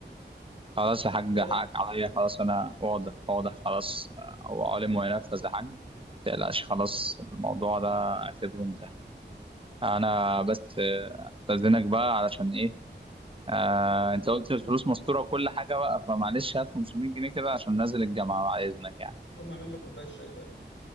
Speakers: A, on the right; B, on the left.
A: خلاص يا حاج
B: واضح
A: حقك عليا خلاص أنا واضح واضح خلاص هو عالم وينفذ يا حاج متقلقش خلاص الموضوع ده اعتبره انتهى انا بس آه، استاذنك بقى علشان ايه آه انت قلت الفلوس مستوره وكل حاجه بقى فمعلش هات 500 جنيه كده عشان نازل الجامعه بعد اذنك يعني
B: قوم اعمل لي كوبايه شاي طيب